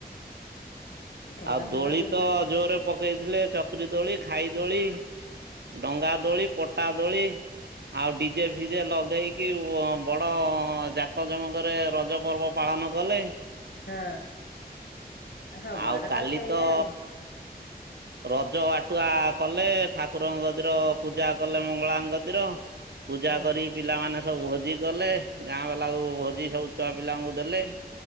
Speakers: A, on the left; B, on the right.
A: ଠେଙ୍ଗା
B: ଆଉ ଦୋଳି
A: ଫେଙ୍ଗା ବିଲ
B: ତ ଜୋରେ ପକେଇଥିଲେ ଚକ୍ରି ଦୋଳି ଖାଇ ଦୋଳି। ଡଙ୍ଗା ଦୋଳି ପଟା ଦୋଳି। ଆଉ ଡିଜେ ଫିଜେ ଲଗେଇକି ବଡ ଜାକ ଜମକରେ ରଜ ପର୍ବ ପାଳନ କଲେ
A: ହଁ ସବୁଆଡେ
B: ଆଉ କାଲି
A: ସେଇଆ
B: ତ
A: ଆଉ
B: ରଜ ବାଟୁଆ କଲେ ଠାକୁରଙ୍କ କତିର ପୂଜା କଲେ ମଙ୍ଗଳାଙ୍କ କତିର। ପୂଜା
A: ହୁଁ
B: କରି ପିଲାମାନେ ସବୁ ଭୋଜି କଲେ ଗାଁ ବାଲାକୁ ଭୋଜି ସବୁ ଛୁଆ ପିଲାଙ୍କୁ ଦେଲେ?